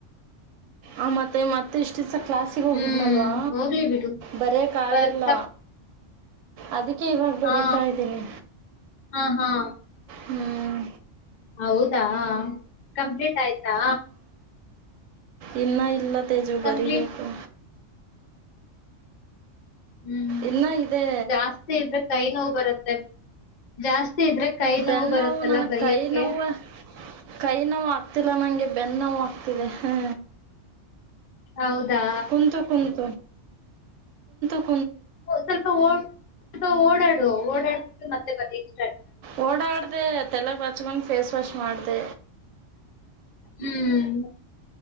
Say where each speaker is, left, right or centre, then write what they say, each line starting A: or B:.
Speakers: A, on the right; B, on the left.
A: ಆ ಮತ್ತೆ ಮತ್ತೆ ಇಷ್ಟ. ಚಿಸ ಕ್ಲಾಸಿಗೆ ಹೋಗಿದ್ನಲ್ವಾ
B: ಹ್ಮ್ ಹೋಗ್ಲಿ ಬಿಡು
A: ಬರೆಕ್ಕಾಗಿಲ್ಲ
B: ಬ- ತಪ್-
A: ಅದಕ್ಕೆ ಇವಾಗ ಬರಿತಾ
B: ಹಾ
A: ಇದ್ದೀನಿ.
B: ಹಾ ಹಾ
A: ಹ್ಮ್
B: ಹೌದಾ ಕಂಪ್ಲೀಟ್ ಆಯ್ತಾ.
A: ಇನ್ನ ಇಲ್ಲ ತೇಜು
B: ಕಂಪ್ಲೀಟ್
A: ಬರಿಬೇಕು.
B: ಹ್ಮ್
A: ಇಲ್ಲ ಇದೆ.
B: ಜಾಸ್ತಿ ಇದ್ರೆ ಕೈ ನೋವು ಬರುತ್ತೆ ಜಾಸ್ತಿ ಇದ್ರೆ. ಕೈ
A: ಬೆನ್ನ
B: ಬರುತ್ತಲ್ಲ
A: ನೋವು ನನ
B: ಬರಿಯಕ್ಕೆ.
A: ಕೈ ನೋವು ಕೈ ನೋವು ಆಗ್ತಿಲ್ಲ ನಂಗೆ ಬೆ. ನ್ನೋ ಆಗ್ತಿದೆ ಹ್ಮ.
B: ಹೌದಾ?
A: ಕುಂತು ಕಂತ ಕಂತು.
B: ಸ್ವಲ್ಪ ಸ್ವಲ್ಪ ಓಡಾಡುವ ಓಡಾಡ್ಬಿಟ್ಟು ಮತ್ತೆ ಬರ ಎಕ್ಸ್.
A: ಓಡಾಡ್ದ ತಲೆ ಬಚ್ಕೊಂಡ್ ಫೇಸ್ ವಾಷ್ ಮಾಡ್ದ.
B: ಹ್ಮ್